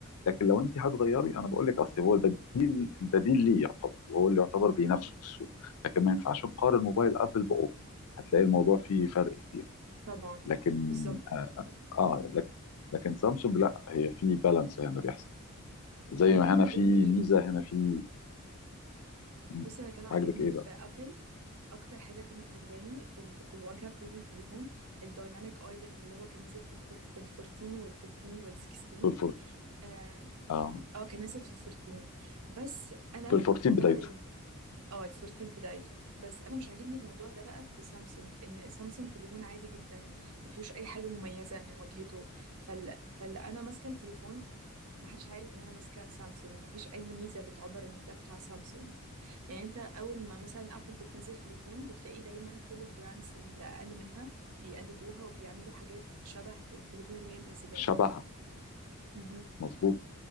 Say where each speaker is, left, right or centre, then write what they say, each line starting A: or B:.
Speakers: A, on the left; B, on the right.
A: لكن لو انت هتغيري انا بقول لك اصل هو البديل البديل ليه يعتبر وهو اللي يعتبر بينافسه
B: أم.
A: في السوق لكن ما ينفعش نقارن موبايل ابل باوبو هتلاقي الموضوع فيه فرق كبير
B: طبعا
A: لكن
B: بالظبط
A: اه, آه لكن لكن سامسونج لا هي في بالانس هنا بيحصل زي
B: انا
A: ما
B: كان
A: هنا
B: عاجبني
A: في ميزه هنا في مم.
B: بصي انا كان عاجبني
A: عاجبك ايه
B: في
A: بقى
B: ابل اكتر حاجه كانت عجباني في ال... في الواجهه بتاعت التليفون الدايناميك ايلاند اللي هو كان نزل في الفور... في الفورتين والفيفتين والسكستين
A: في الفور
B: اه
A: اه
B: آه، كان نزل في الفورتين بس انا
A: في الفورتين بدايته
B: طبعا ال... اه الفورتين بدايته بس انا مش عاجبني الموضوع ده بقى في سامسونج ان سامسونج تليفون عادي جدا ما فيهوش اي حاجه مميزه من واجهته فال... فال انا ماسكه التليفون ما حدش عارف ان انا ماسكه سامسونج ما فيش اي ميزه بتعبر ان ده بتاع سامسونج يعني انت اول ما مثلا ابل بتنزل تليفون بتلاقي دايما كل البراندز اللي اقل منها بيقلدوها وبيعملوا حاجات شبه التليفون اللي هي منزلاه
A: شبهها
B: مهم.
A: مظبوط